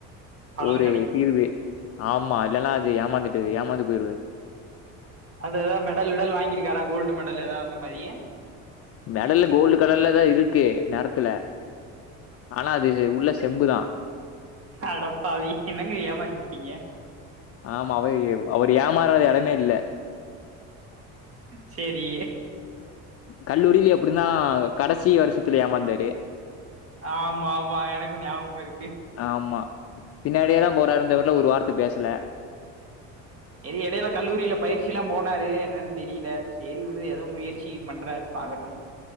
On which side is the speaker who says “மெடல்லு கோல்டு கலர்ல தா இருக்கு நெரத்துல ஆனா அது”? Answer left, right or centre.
Left